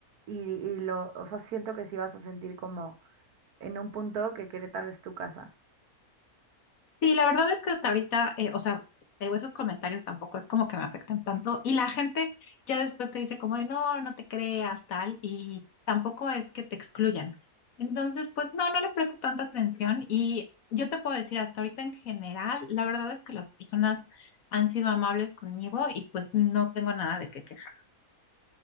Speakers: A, on the right (about 80°); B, on the left (about 65°).
A: y, y lo, o sea, siento que sí vas a sentir como en un punto que Querétaro es tu casa.
B: Sí, la verdad es que hasta ahorita, eh, o sea, digo, esos comentarios tampoco es como que me afectan tanto. Y la gente ya después te dice como de, no, no te creas, tal, y tampoco es que te excluyan. Entonces, pues no, no le presto tanta atención. Y yo te puedo decir, hasta ahorita en general, la verdad es que las personas han sido amables conmigo y pues no tengo nada de qué quejar.